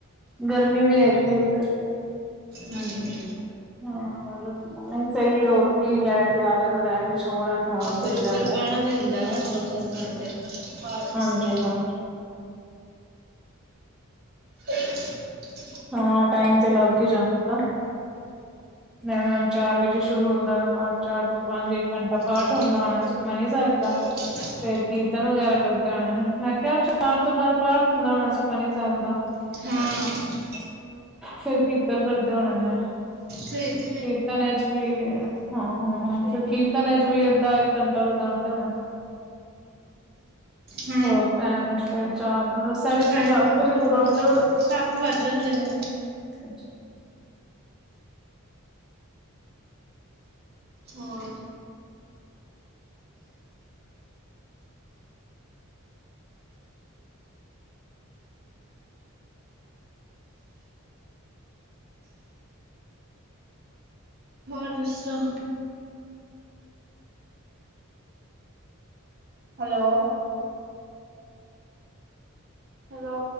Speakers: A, in the centre; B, on the right.
A: ਗਰਮੀ ਵੀ ਹੈਗੀ ਏ ਫੇਰ।
B: ਹਾਂਜੀ।
A: ਹਾਂ, ਸਹੀ ਏ ਹੋਰ ਕੀ, ਲੈ ਕੇ ਆ ਜਾਣ, ਲੈ ਕੇ ਛੋੜ ਆਣ ਹੋਰ।
B: ਫੇਰ
A: ਸਹੀ
B: ਓਦਰ
A: ਰਹਿੰਦਾ
B: ਬੈਣਾ ਵੀ ਹੋਂਦਾ ਐਨਾ, ਦੋ-ਤਿੰਨ ਘੰਟੇ ਪਾਠ ਅਸਤੇ।
A: ਹਾਂਜੀ-ਹਾਂਜੀ,
B: <unintelligible>
A: ਹਾਂ, ਟਾਈਮ ਤੇ ਲੱਗ ਈ ਜਾਂਦਾ ਨਾ। ਜੈਵੇਂ ਹੁਨ ਚਾਰ ਵਜੇ ਸ਼ੁਰੂ ਹੁੰਦਾ ਹੋਣਾ ਪਾਠ, ਚਾਰ ਤੋਂ ਪੰਜ ਇੱਕ ਘੰਟਾ ਪਾਠ
B: ਹਾਂ ਹੂੰ
A: ਹੁੰਦਾ ਹੋਣਾ ਸੁਖਮਨੀ ਸੈਬ ਦਾ।
B: <unintelligible>
A: ਫੇਰ ਕੀਰਤਨ ਵਗੈਰਾ ਕਰਦੇ ਹੋਣੇ ਨੇ। ਮੈਂ ਕੇਆ ਚਾਰ ਤੋਂ ਪੰਜ ਪਾਠ ਹੁੰਦਾ ਹੋਣਾ ਸੁਖਮਨੀ ਸੈਬ ਦਾ।
B: ਹਾਂ।
A: ਫੇਰ ਕੀਰਤਨ ਕਰਦੇ ਹੋਣੇ ਨੇ।
B: ਕਈ ਦਿ
A: ਕੀਰਤਨ ਏਚ ਵੀ, ਹਾਂ ਹਾਂ ਹਾਂ,
B: ਸ਼ਹੀਦੀ
A: ਫਿਰ ਕੀਰਤ
B: ਗੁਰੂ
A: ਏਚ
B: ਹੂੰ
A: ਵੀ ਅੱਧਾ-ਇੱਕ ਘੰਟਾ ਲਗਾਂਦੇ ਹੋਨੇ ਨੇ।
B: ਹੂੰ।
A: ਭੋਗ ਪੈਣ ਏਚ ਫੇਰ ਚਾਰ ਤੋ ਸਾਡੇ
B: ਟਾਈਮ
A: ਛੇ-ਸੱਤ
B: ਲੱਗ
A: ਵਜੇ
B: ਜਾਂਦਾ
A: ਕੋਲ ਆਂਦੇ ਹੋਣੇ।
B: ਸੱਤ ਵੱਜ ਜਾਂਦੇ ਨੇ
A: ਅਛ
B: ਹੋਰ ਹੋਰ ਦੱਸੋ? ਹੈਲੋ। ਹਲੋ।